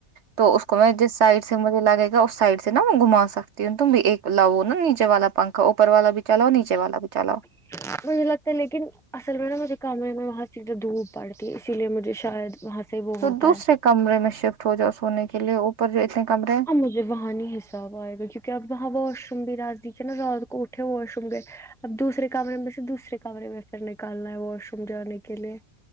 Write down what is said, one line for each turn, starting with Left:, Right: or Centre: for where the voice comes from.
Right: تو اس کو میں جس سائڈ سے مجھے لگے گا اس سائڈ سے نا میں گھما سکتی ہوں تم بھی ایک لاو نا نیچے والا پنکھا اوپر والا بھی چلو نیچے والا بھی چلو
Centre: <inaudible> مجھے لگتا ہے لیکن اصل میں نا مجھے کمرے میں وہاں سے جو دھوب پڑتی ہے اسی لیے مجھے شاید وہاں سے وہ
Right: تو
Centre: ہوتا
Right: دوسرے
Centre: ہے
Right: کمرے میں شفٹ ہو جاؤ سونے کے لیے اوپر جو اتنے کمرے ہیں
Centre: اب مجھے وہاں نہیں حساب آئے گا کیوں کے اپ وہاں واش روم بھی نزدیک ہے نا رات کو اٹھے واش روم گئے اب دوسرے کمرے میں سے دوسرے کمرے میں پھر نکالنا ہے واش روم جانے کے لیے